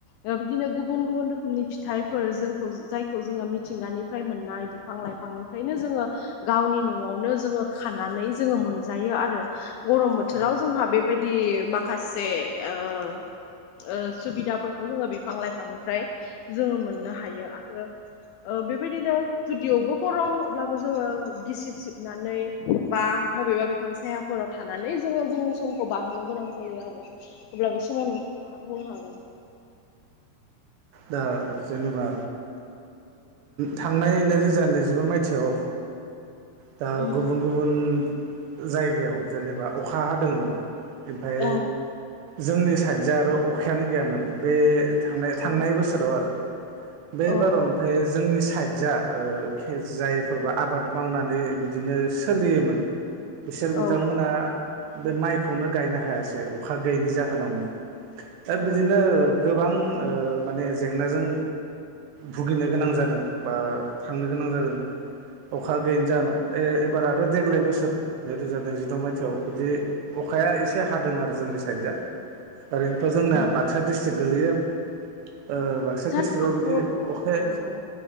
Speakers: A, on the left; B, on the right.
A: ओ बिदिनो गुबुन गुबुन रोखोमनि फिथाइफोर जोंखौ जायखौ जोङो मिथिंगानिफ्राय मोननाय बिफां लाइफांनिफ्रायनो जोङो गावनि न'आवनो जोङो खानानै जोङो मोनजायो आरो गरम
B: औ
A: बोथोराव
B: औ
A: जोङो हा बेबायदि माखासे ओ-ओ सुबिदाफोरखौ जोङो बिफां लाइ फांनिफ्राय जोङो मोननो हायो आरो ओ बेबायदिनो जुदियावबो गरम अब्लाबो जोङो गिसिब सिबनानै बा बबेबा बिफां सायाफोराव थानानै जोङो जोंनि समखौ बारहोनो गोनां जायो आरो। अब्ला बे समाव नोंथाङा बुंनो हागोन।
B: दा जेनेबा थांनाय नैरोजा नैजिबा मायथाइयाव दा
A: उम
B: गुबुन गुबुन जायगायाव जेनेबा अखा हादोंमोन ओमफाय
A: औ
B: जोंनि साइतजो आरो अखायानो गैयामोन बे थनाय--थांनाय
A: औ
B: बोसोराव आरो बे
A: औ
B: बाराव
A: औ
B: ओमफ्राय जोंनि साइद जा ओ खे जायफोरब आबाद मावनानै बिदिनो सोलियोमोन बिसोर बिथांमोना
A: औ ओ
B: बे माइखौनो गायनो हायासै। अखा गैयैनि जाहोनावनो दा
A: ओ
B: बिदिनो
A: उम
B: गोबां ओ माने जेंनाजों भुगिनो गोनां जादों बा थांनो गोनां जादों अखा गैयैन ए एबार आरो देग्लाय बोसोर नैरोजा नैजिद' मायथाइयाव बिदि अखाया एसे हादों आरो जोंनि साइद जा। ओरैनोथ जोंना
A: उम
B: बाक्सा डिस्ट्रिक गोलैयो ओ बाक्सा
A: जानो
B: डिस्ट्रिकआव
A: हागौ
B: बिदि अखाया
A: औ